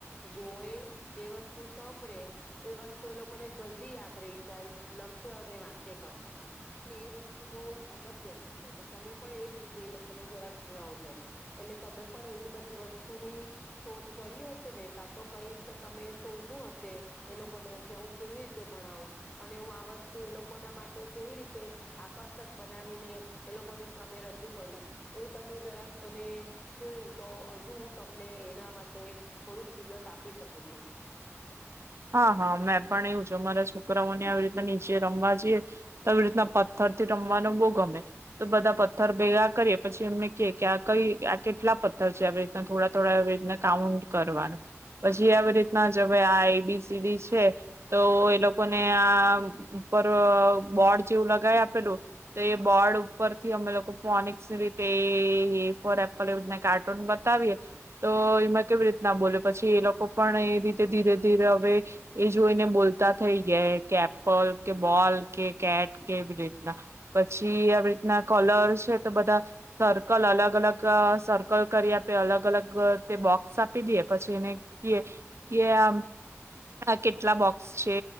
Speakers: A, on the left; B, on the right.
A: જોવે, જે વસ્તુ સાંભળે, એ વસ્તુ એ લોકોને જલ્દી યાદ રહી જાય, લખે અને વાંચે કરતા. એટલે એ વસ્તુ બહ અગત્યની છે. એટલે તમે પણ એજ રીતે એ લોકોને જરાક ભણાવજો. એટલે તમે પણ એવી બધી વસ્તુની શોધ કરી હશે ને, કાં તો કઈક તમે શોયધું હશે, એ લોકોને કે હું કેવી રીતે ભણાવું, અને હું આ વસ્તુ એ લોકોના માટે કેવી રીતે તે આકર્ષક બનાવીને એ લોકોની સામે રજૂ કરું. એ તમે જરાક મને કેવ, તો હજુ હું તમને એના માટે થોડીક વિગત આપી શકું છું.
B: હા હા. મેં પણ એવું છે અમારા છોકરાઓને આવી રીતના નીચે રમવા જઈએ, તો આવી રીતના પથ્થરથી રમવાનો બહુ ગમે. તો બધા પથ્થર ભેગા કરીએ પછી એમને કે આ કઈ આ કેટલા પથ્થર છે આવી રીતના થોડા થોડા આવી રીતના કાઉન્ટ કરવાનું. પછી આવી રીતના જ હવે આ A B C C D છે, તો એ લોકોને આ ઉપર બોર્ડ જેવું લગાવી આપેલું. તો એ બોર્ડ ઉપરથી અમે લોકો ફોનિક રીતે એ ફોર એપલ કાર્ટૂન બતાવીએ, તો એમાં કેવી રીતના બોલે પછી એ લોકો પણ એ રીતે ધીરે ધીરે એ જોઈને બોલતા થઈ ગયા કે એપલ કે બોલ કે કેટ કે રીતના. પછી આવી રીતના કલર છે, તો બધા સર્કલ અલગ અલગ સર્કલ કરી આપે અલગ અલગ તે બોક્સ આપી દઈએ પછી એને કીએ કે આમ આ કેટલા બોક્સ છે?